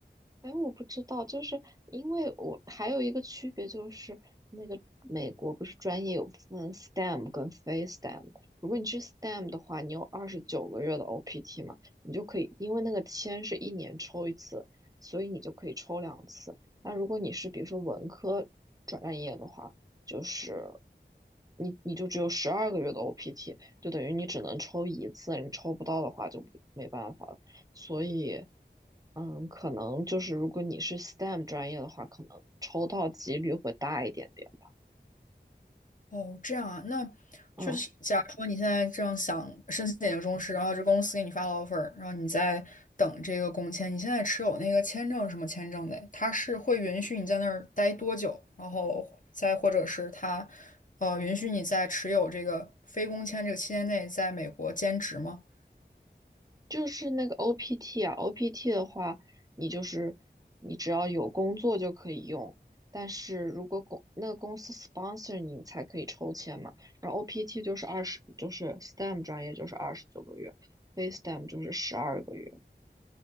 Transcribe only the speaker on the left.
哦，这样啊，那就是假如说你现在这样想申请研究中时，
然后这公司给你发了 offer，然后你在等这个工签，你现在持有那个签证是什么签证的？他是会允许你在那儿待多久，然后再或者是他呃，允许你在持有这个非工签这个期间内在美国兼职吗？